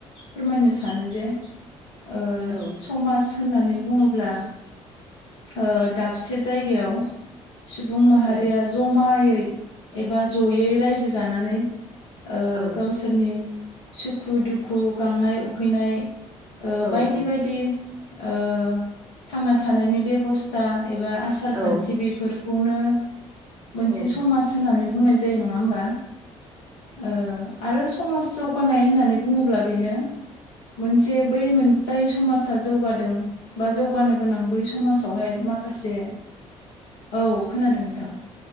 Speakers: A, on the left; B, on the right.
A: फोरमायनो सानो जे ओ
B: औ
A: समाज होननानै बुङोब्ला ओ दाबसे जायगायाव सुबुं माहारिया
B: औ
A: जमायै एबा जयै रायजो जानानै ओ
B: औ
A: गावसोर सोरनि सुखु दुखु गांनाय उखैनाय ओ
B: औ
A: बायदि बायदि ओ थांना थानायनि बेबस्था एबा आसार
B: औ
A: खान्थि बेफोर बेखौनो मोनसे
B: औ
A: समाज होननानै बुंनाय जायो नङा होमबा? ओ आरो समाज जौगानाय होननानै बुङोब्ला बेनो मोनसे बै मोन जाय समाजा जौगादों बा जौगानो गोनां बै समाज आवहाय माखासे औ खोनादों नोंथां।